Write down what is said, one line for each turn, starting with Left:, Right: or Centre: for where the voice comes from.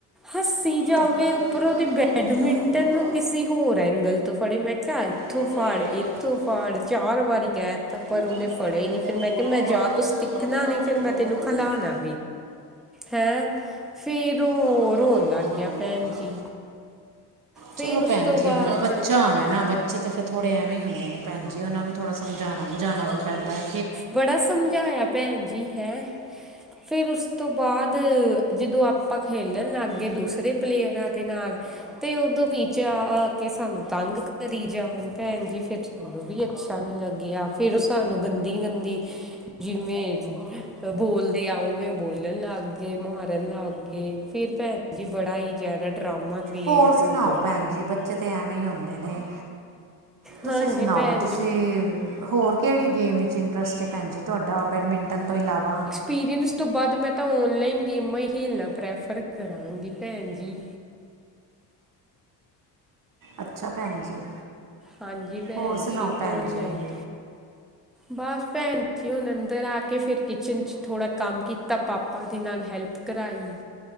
Centre: ਹੱਸੀ ਜਾਵੇ
Right: ਚੱਲ ਮੈਂ
Centre: ਉਪਰੋ
Right: ਏਦਾਂ
Centre: ਤੇ
Right: ਹੈ ਨਾ
Centre: ਬੈਡਮਿੰਟਨ
Right: ਤੂੰ ਆਪਣੀ ਗੋਲ
Centre: ਨੁੰ
Right: ਆ
Centre: ਕਿਸੀ ਹੋਰ ਐਗਲ ਤੋ ਫੜੇ ਇੱਥੋਂ
Right: ਪੋਸਟਰ
Centre: ਫੜ
Right: ਲਾ ਦਿੰਦਾ
Centre: ਇੱਥੋਂ
Right: ਦੇ ਉੱਤੇ
Centre: ਫੜ ਚਾਰ ਵਾਰੀ ਕੇ ਤਾ ਪਰ
Right: ਠੀਕ
Centre: ਔਨੇ
Right: ਹੈ ਨਾ
Centre: ਫੜਿਆ ਈ ਨੀ
Right: ਤੇ ਮੈਨੂੰ
Centre: ਮੈ
Right: ਫੋਟੋਆਂ
Centre: ਕਿਆ ਜਾ
Right: ਪਾ ਦੇ
Centre: ਤੁੰ
Right: ਜਿਹੜੇ ਜਿਹੜੇ
Centre: ਇਕਨਾ
Right: ਲਾਣੇ ਆ ਨਾ
Centre: ਨੀ
Right: ਉਹਦੀਆਂ
Centre: ਫਿਰ ਮੈਂ
Right: ਫੋਟੋਆਂ
Centre: ਤੈਨੂੰ
Right: ਪਾਈ
Centre: ਖਿਲਾਣਾ?
Right: ਮੈਨੂੰ
Centre: ਹੈ ਫਿਰ ਉਹ
Right: ਚੱਲ ਮੈਂ ਤੇਰਾ
Centre: ਰੋਣ
Right: ਮੈਂ ਕਰਾਉਣਾ
Centre: ਲੱਗ ਗਿਆ,
Right: ਕੰਮ
Centre: ਭੈਣ
Right: ਕਰਨਾ
Centre: ਜੀ। ਫਿਰ
Right: ਚਲੋ
Centre: ਉਸ
Right: ਭੈਣ
Centre: ਤੋਂ
Right: ਜੀ
Centre: ਬਾਦ
Right: <unintelligible> ਬੱਚੇ ਤਾਂ ਥੋੜੇ ਐਵੇਂ ਈ ਹੁੰਦੇ ਹਨ, ਭੈਣ ਜੀ ਉਹਨਾਂ ਨੂੰ ਸਮਝਾਉਣਾ-ਬੁਝਾਉਣਾ ਵੀ ਪੈਂਦਾ ਐ।
Centre: ਬੜਾ ਸਮਝਿਆ ਭੈਣ ਜੀ ਹੈ। ਫਿਰ ਉਸ ਤੋਂ ਬਾਅਦ ਜਦੋ ਆਪਾ ਖੇਲਣ ਲੱਗ ਗਏ ਦੂਸਰੇ ਪਲੇਅਰ ਨਾਲ <unintelligible> ਸਾਨੂੰ ਤੰਗ ਕਰੀ ਜਾਂਦਾ ਸੀ, ਭੈਣ ਜੀ ਫੇਰ <unintelligible> ਫੇਰ ਔ ਸਾਨੂੰ ਗੱਦੀ ਗੱਦੀ ਜਿਵੇਂ ਬੋਲਦੇ ਐ ਉਵੇਂ ਬੋਲਣ ਲੱਗ ਗੇ ਮਾਰਨ ਲੱਗ ਗੇ। ਫਿਰ ਭੈਣ ਜੀ ਬੜਾ ਈ ਜ਼ਿਆਦਾ ਡਰਾਮਾ ਕ੍ਰੀਏਟ
Right: ਹੋਰ ਸੁਣਾਓ
Centre: ਹੋ ਗਿਆ।
Right: ਭੈਣ ਜੀ? ਬੱਚੇ ਤਾਂ ਐਵੇਂ ਈ ਹੁੰਦੇ ਨੇ। ਤੁਸੀਂ
Centre: ਹਾਂਜੀ
Right: ਸੁਣਾਓ
Centre: ਭੈਣ
Right: ਜੀ, ਤੁਸੀਂ ਹੋਰ ਕਿਹੜੀ ਗੇਮ ਵਿੱਚ ਇੰਟਰੈਸਟ ਹੈ? ਤੁਹਾਡਾ ਬੈਡਮਿੰਟਨ ਤੋ ਇਲਾਵਾ
Centre: ਪੀਰੀਅਨੀਸ ਤੋਂ ਬਾਦ ਮੈਂ ਤਾਂ ਔਨਲਾਈਨ ਗੇਮਾਂ ਈ ਖੇਲਣਾ ਪ੍ਰੈਫਰ ਕਰਾਂਗੀ, ਭੈਣ ਜੀ।
Right: ਅੱਛਾ, ਭੈਣ ਜੀ।
Centre: ਹਾਂਜੀ ਭੈਣ
Right: ਹੋਰ ਸੁਣਾਓ
Centre: ਜੀ,
Right: ਭੈਣ
Centre: ਔਨਲਾਈਨ।
Right: ਜੀ
Centre: ਬਸ ਭੈਣ ਜੀ, ਹੁਣ ਅੰਦਰ ਆ ਕੇ ਫੇਰ ਕਿਚਨ 'ਚ ਥੋੜ੍ਹਾ ਕੰਮ ਕੀਤਾ, ਪਾਪਾ ਦੇ ਨਾਲ ਹੈਲਪ ਕਰਾਈ,